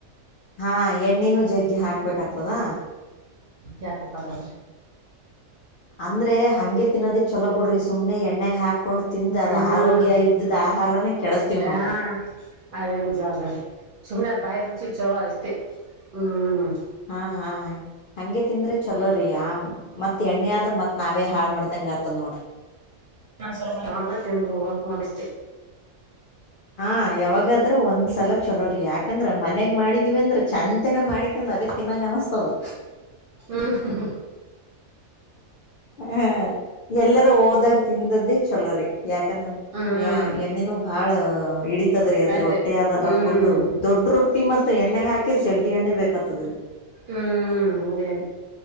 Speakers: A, on the left; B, on the right.
A: ಹಾ ಎಣ್ಣಿನೂ ಜಗ್ಗಿ ಹಾಕ್ಬೇಕತದ
B: ಯಕ ಪತಾದ್ರ
A: ಅಂದ್ರೆ ಹಂಗೆ ತಿನ್ನೋದೇ ಚಲೋ ಬಿಡ್ರಿ ಸುಮ್ನೆ ಎಣ್ಣಾಗ ಹಾಕ್ ಹಕೊಂಡು ತಿಂದ ಅದ
B: ಹ್ಮ್
A: ಆರೋಗ್ಯ ಇದ್ದ್ದ ಆಹಾರಾನೇ ಕೆಡಸ್ತಿೀವ್
B: ಹಾ
A: ನಾವವು
B: ಅದೇನ್ ಜಾ್ದಾರಿ ಸುಮ್ನೆ ಬಾಯ ರುಚಿ ಚಲೋ ಅಷ್ಟೇ ಹ್ಮ್
A: ಹಾ ಹಾ ಹ ಹಗೆ ತಿಂದ್ರೆ ಚಲೋರಿ ಆ ಎಣ್ಣ ಆದ್ರರು ಮತ್ ನಾವೇ ಹಾಳ ಮಾಡ್ದಂಗ ಆತ್ತ ನೋಡ್ರಿ
B: ನ ಸ ತಿಂದು ಹ ನೋಡಿಸ್ೆ
A: ಹಾ ಯಾವಾಗಾದ್ರ ಒಂದ್ಸಲ ಚಲೋ್ರರಿ ಯಾಕಂದ್ರ ಮನ್ಗ್ ಮಾಡಿದ್ವಿ ಅಂದ್ರ ಚಂದನ ಮಾಡ ಇ ಅದೇ ತಿನ್ನಂಗ ಅನಿಸ್ತದು
B: ಹಾ ಹಾ
A: ಹ್ಮ ಎಲ್ಲರ ಹೋದಾಗ ತಿಂದದ್ದೇ ಚಲೋರಿೀ ಯಾಕಂದ್ರ
B: ಹ್ಮ್
A: ಯ ಎಣ್ಣೆನುೂ ಬಾಳ ಇಡಿತತದ್ರೀ ಅದ್
B: ಅದೇ
A: ರೊಟ್ಟಿ ಅದಲ್ಲ
B: ಹ್ಮ್
A: ಫುಲ್ು ದೊಡ್ ರೊಟ್ಟಿ ಮತ್ತ ಎ್ಣೆ ಹಾಕಿರ ಚಗ್ ಎಣ್ಣೆ ಬೇಕಾಗ್ತದ ರೀ
B: ಹ್ಮ್ ಅದೇ